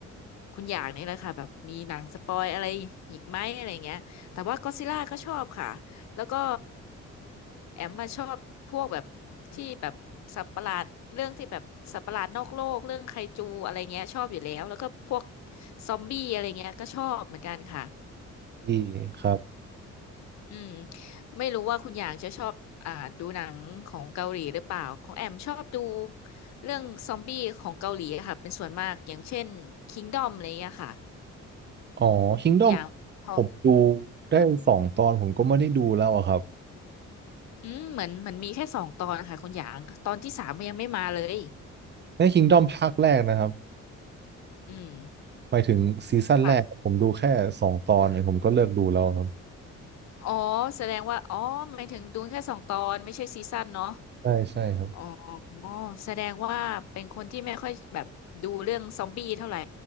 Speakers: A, on the left; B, on the right.
A: คุณอยากนี่แหละค่ะแบบมีหนังสปอยอะไรอีกไหมอะไรเงี้ยแต่ว่าก็อดซิลล่าก็ชอบค่ะแล้วก็แอมมาชอบพวกแบบที่แบบสัตว์ประหลาดเรื่องที่แบบสัตว์ประหลาดนอกโลกเรื่องไคจูอะไรเงี้ยชอบอยู่แล้วแล้วก็พวกซอมบี้อะไรเงี้ยก็ชอบเหมือนกันค่ะ
B: ดีครับ
A: อืมไม่รู้ว่าคุณอย่างจะชอบอ่าดูหนังของเกาหลีหรือเปล่าของแอมชอบดูเรื่องซอมบี้ของเกาหลีอะค่ะเป็นส่วนมากอย่างเช่น k ิงดอ o m อะไรเงี้ยค่ะ
B: อ๋อ Kingdom
A: คุณอย่างพอ
B: ผมดูได้สองตอนผมก็ไม่ได้ดูแล้วอะครับ
A: อืมเหมือนเหมันมีแค่สองตอนค่ะคุณอย่างตอนที่สามมันยังไม่มาเลย
B: ใน Kingdom ภาคแรกนะครับ
A: อืม
B: หมายถึงซีซั่นแรกผมดูแค่สองตอนเนี่ยผมก็เลิกดูแล้วครับ
A: ค่ะอ๋อแสดงว่าอ๋อหมายถึงดูแค่สองตอนไม่ใช่ซีซั่นเนาะ
B: ใช่ใช่ครับ
A: อ๋อแสดงว่าเป็นคนที่ไม่ค่อยแบบดูเรื่องซอมบี้เท่าไหร่